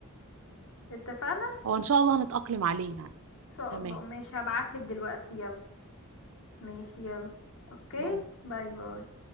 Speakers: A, on the left; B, on the right.
A: اتفقنا
B: هو ان شاء الله هنتأقلم عليه يعني
A: ان شاء
B: تمام
A: الله ماشي هبعتلك دلوقتي يلا ماشي يلا اوكي
B: باي
A: باي باي